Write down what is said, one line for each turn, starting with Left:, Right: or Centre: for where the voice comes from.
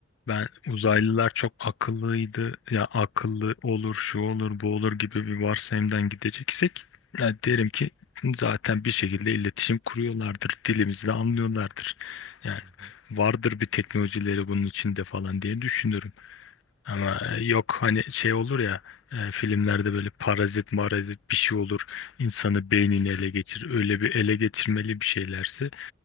Left: ben uzaylılar çok akıllıydı ya akıllı olur şu olur bu olur gibi bir varsayımdan gideceksek ya
Right: Hı
Left: derim
Right: hı.
Left: ki zaten bir şekilde iletişim kuruyorlardır dilimizi de anlıyorlardır yani
Right: Hı hı.
Left: vardır bir teknolojileri bunun içinde falan diye düşünürüm. Ama e, yok hani şey olur ya e, filmlerde böyle parazit marazit bir şey olur insanı beynini ele geçir öyle bir ele geçirmeli bir şeylerse